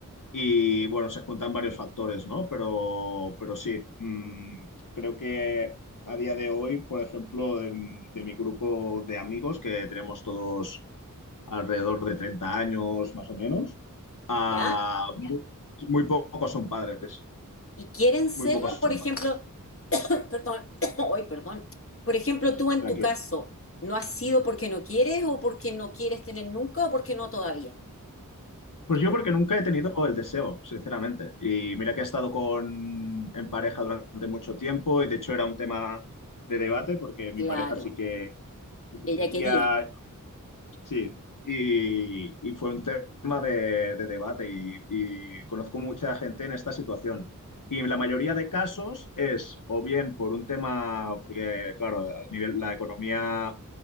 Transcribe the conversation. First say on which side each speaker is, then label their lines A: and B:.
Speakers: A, on the left (about 70°); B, on the left (about 40°).
A: Y bueno, se juntan varios factores, ¿no? Pero, pero sí, mm, creo que a día de hoy, por ejemplo, en- de mi grupo de amigos, que tenemos todos alrededor de 30 años más o menos, ah,
B: ¿ya?
A: muy, muy pocos son padres,
B: Y quieren serlo,
A: muy pocos son
B: por ejemplo,
A: padres.
B: <coughs> perdón, <coughs> hoy perdón. Por ejemplo, tú en
A: Tranquilo.
B: tu caso, ¿no has sido porque no quieres o porque no quieres tener nunca o porque no todavía?
A: Pues yo
B: Por-
A: porque nunca he tenido el deseo, sinceramente. Y mira que he estado con, en pareja durante mucho tiempo y de hecho era un tema de debate porque mi
B: claro,
A: pareja sí que sí que
B: ella
A: quería
B: quería.
A: Sí, y, y fue un tema de, de debate y, y conozco mucha gente en esta situación. Y la mayoría de casos es o bien por un tema, porque claro, al nivel, la economía,